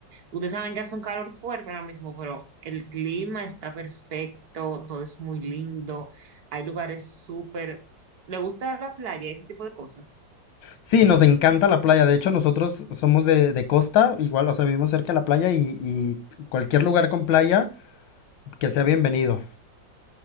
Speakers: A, on the right; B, on the left.
A: ustedes saben que hace un calor fuerte ahora mismo, pero el clima está perfecto, todo es muy lindo, hay lugares súper... ¿Le gusta la playa, ese tipo de cosas?
B: Sí, nos encanta la playa. De hecho, nosotros somos de, de costa, igual, o sea, vivimos cerca de la playa y, y cualquier lugar con playa que sea bienvenido.